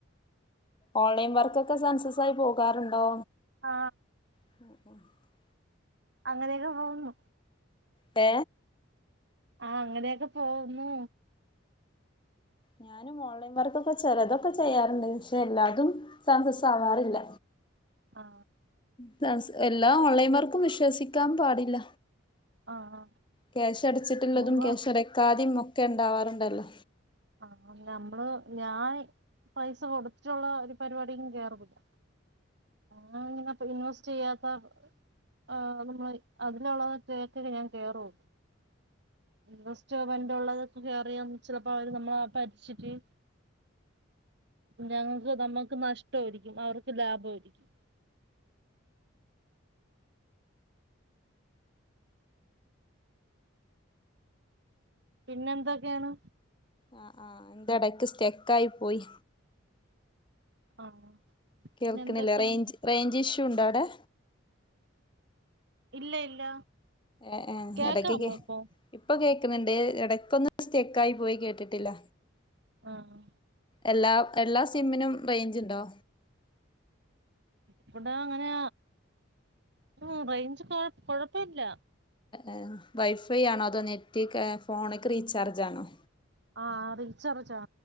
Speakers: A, on the left (about 25°); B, on the right (about 55°).
A: ഓൺലൈൻ വർക്കൊക്കെ സൺസിസ് ക്കൊയി പോകാറുണ്ടോ
B: ആ
A: <unintelligible>
B: അങ്ങനെയൊക്കെ പോകുന്നു
A: ഏ
B: ആ അങ്ങനെയൊക്കെ പോവുന്നു
A: ഞാനും ഓൺലൈൻവർക്കൊക്കെ ചെലതൊക്കെ ചെയ്യാറുണ്ട് പക്ഷെ എല്ലാതും സൺസിസ് ആവാറില്ല
B: ആ
A: സൺസ് എല്ലാ ഓൺലൈൻവർക്കും വിശ്വസിക്കാൻ പാടില്ല
B: ആഹ്
A: ക്യാഷ് അടച്ചിട്ടുള്ളതും
B: ഞങ്ങള്
A: ക്യാഷ് അടക്കാതെയും ഒക്കെ ഇണ്ടാവാറുണ്ടല്ലോ
B: ആ നമ്മള് ഞാൻ പൈസ കൊടുത്തിട്ടുള്ള ഒരു പരിപാടിക്കും കേറത്തില്ല ഞങ്ങളിങ്ങനിപ്പ ഇൻവെസ്റ്റ് ചെയ്യാത്ത ആ നന്നായി അതിലൊള്ള <unintelligible> ഞാൻ കേറൂ ഇൻവെസ്റ്റ് വെന്റുള്ളതൊക്കെ കേറിയാ ചെലപ്പോ അവര് നമ്മളെ പറ്റിച്ചിട്ട് ഞങ്ങക്ക് നമ്മക്ക് നഷ്ട്ടൊരിക്കും അവർക്ക് ലാഭോയിരിക്കും പിന്നെന്തൊക്കെയാണ്
A: ആഹ് ആഹ് ഇന്റെടയ്ക്ക് സ്റ്റെക്കായി പോയി
B: ആഹ്
A: കേൾക്കണില്ല
B: പിന്നെ എന്തൊക്കെയാണ്
A: റേഞ്ച് റേഞ്ച് ഇഷ്യൂ ഉണ്ടോ അവിടെ
B: ഇല്ല ഇല്ല
A: ഏ ഏ
B: കേക്കാമോ
A: എടക്കൊക്ക്
B: ഇപ്പൊ
A: ഇപ്പൊ കേക്കണ് ണ്ട് എടക്കൊന്നു സ്റ്റെക്കായി പോയി കേട്ടിട്ടില്ല
B: ആഹ്
A: എല്ലാം എല്ലാ സിമ്മിനും റേയ്ഞ്ചുണ്ടോ
B: ഇവിടെ അങ്ങനെ മം റേഞ്ച് കൊഴ കൊഴപ്പല്ല
A: ഏ വൈഫൈ ആണോ അതോ നെറ്റ്ക്കെ ഫോണെക്കെ റീചാർജ് ആണോ
B: ആഹ് റീച്ചാർജ്ജാ